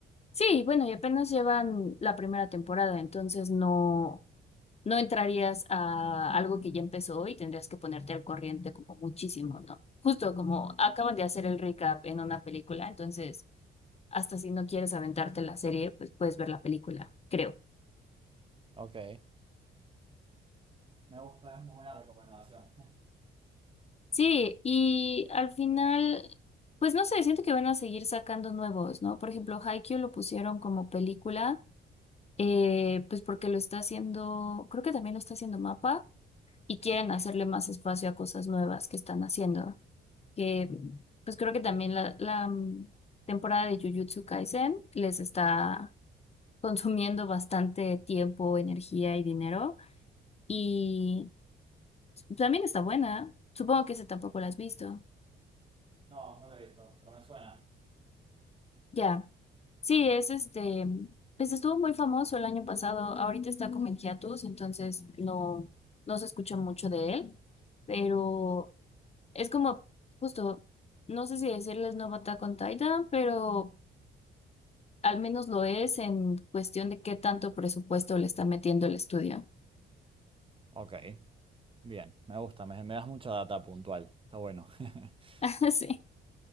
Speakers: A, on the left; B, on the right.
A: Sí, bueno, y apenas llevan la primera temporada, entonces no, no entrarías a algo que ya empezó y tendrías que ponerte al corriente como muchísimo, ¿no? Justo como acaban de hacer el recap en una película, entonces hasta si no quieres aventarte la serie, pues puedes ver la película, creo.
B: Ok. Me gusta, es muy buena recomendación. <laughs>
A: Sí, y al final, pues no sé, siento que van a seguir sacando nuevos, ¿no? Por ejemplo, Haikyuu lo pusieron como película, eh, pues porque lo está haciendo, creo que también lo está haciendo MAPA. y quieren hacerle más espacio a cosas nuevas que están haciendo. Que pues creo que también la, la, mm, temporada de Jujutsu Kaisen les está consumiendo bastante tiempo, energía y dinero. Y también está buena. Supongo que ese tampoco la has visto.
B: No, no lo he visto, pero me suena.
A: Ya. Sí, es este. Pues estuvo muy famoso el año pasado. Ahorita está como en hiatus, entonces no, no se escucha mucho de él. Pero Es como, justo, no sé si decirles nuevo Attack on Titan, pero al menos lo es en cuestión de qué tanto presupuesto le está metiendo el estudio.
B: Ok, bien, me gusta, me, me das mucha data puntual, está bueno. <laughs>
A: <laughs> Sí.